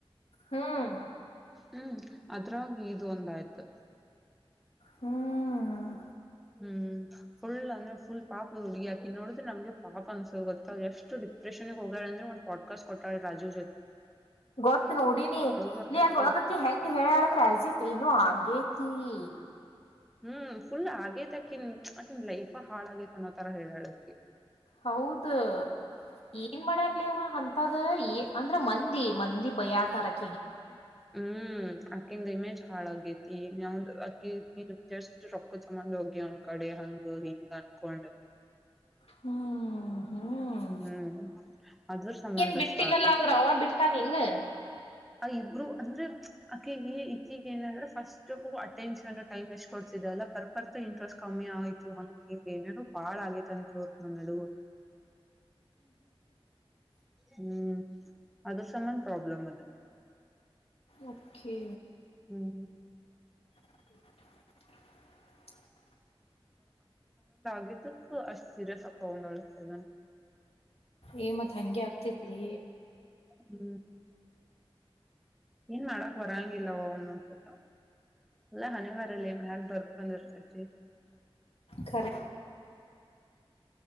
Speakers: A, on the left; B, in the centre.
A: ಹ್ಮ್
B: ಹ್ಮ್ ಅದ್ರಾಗಿ ಇದು ಒಂದಯ್ತು
A: ಹ್ಮ್
B: ಹ್ಮ್ ಫುಲ್ ಅಂದ್ರೆ ಫುಲ್ ಪಾಪದ್ ಹುಡ್ಗಿ ಅಕಿ ನೋಡಿದ್ರೆ ನಮಗೆ ಪಾಪ ಅನ್ಸೋದು ಗೊತ್ತ ಎಷ್ಟ ಡಿಪ್ರೆಷನ್ಗೆ ಹೋಗ್ಯಾಳ್ ಅಂದ್ರೆ ಪಡ್ಕಸ್ ಕೊಟ್ಳ್ ರಾಜು
A: ಗೊತ್ ನೋಡಿನಿ
B: ಬರ್ತೈತಿ
A: ಲ್ಲಿ ಅದ್ರೊಳಗಕ್ಕೆ ಹೆಂಗ್ ಹೇಳಾಳಂದ್ರೆ ಅಜೀಫ್ ಏನು ಹಾಗೆ ಹ್ಮ್
B: ಹ್ಮ್ ಫುಲ್ ಆಗೇತಕನ್ ಅನ್ ಲೈಫ ಹಾಳಗೇತ ಅನ್ನೋತರ ಹೇಳಳಕಿ
A: ಹೌದು ಏನ್ ಮಾಡ್ಯರ್ಲವ ಅಂತದ ಅಂದ್ರ ಮಂದಿ ಮಂದಿ ಭಯ ತರಕ
B: ಹ್ಮ್ ಹ್ಮ್ ಅಕಿಂದ ಇಮೇಜ್ ಹಾಳಗೇತಿ ನ್ ಅಕ್ಕಿ ಜಸ್ಟ್ ರೊಕ್ಕದನ್ ಹೋಗಿವನ್ಕ ಕಡೆ ಹಂಗ ಹಿಂಗ ಅನ್ಕೊಂಡ
A: ಹ <inaudible> ಹ್ಮ್ ಹ್ಮ್
B: ಹ್ಮ್ ಅದ್ರ ಸಂಬಂಧ
A: ಏನ್ ಬಿಟ್ಟಿಲ್ಲಲ್ಲ
B: ಅಷ್ಟ ಆತ
A: ಅವ ಬಿಟ್ಟಾನ ಇಿಲ್ಲ ಹ್ಮ್ <inaudible>
B: ಆ ಇಬ್ರು ಅಂದ್ರೆ ಅಕ್ಕಿಗೆ ಇಕ್ಕಿಗೆ ಏನಂದ್ರೆ ಫಸ್ಟ್ ಅಟೆನ್ಷನ್ ಟೈಮ್ ಎಷ್ಟ್ ಕೊಡ್ಸಿದ್ದಾರೆ ಲ್ಲ ಬರಬರ್ತಾ ಇಂಟ್ರೆಸ್ಟ್ ಕಮ್ಮಿ ಆಯ್ತು ಹಂಗ ಹಿಂಗ ಏನೇನೋ ಬಾಳ ಆಗೇತಂತ್ ನಡಗು ಹ್ಮ್ ಅದ್ರಸಮ್ಮನ್ ಪ್ರಾಬ್ಲಮ ಅದ
A: ಓಕೆ
B: ಹ್ಮ್
A: ಹ್ಮ
B: ಆ ಅಷ್ಟ್ ಸೀರೆ ಸ್ವಪ ಒಂದೊಳಗ್ತದ
A: ಏ ಮತ್ ಹಂಗೆ ಆಗ್ತೈತ್ಲಿ
B: ಹ್ಮ್ ಏನ್ ಮಾಡಕ್ ಬರಂಗಿಲ್ಲವ ಒಂದೊಂದ್ಸತ ಅಲ್ಲಾ ಹನೆವಾರಲ್ಲಿ ಮ ಯ್ಯಲ್ ಬರ್ಕಂದಿರ್ತೈತಿ
A: ಖರೆ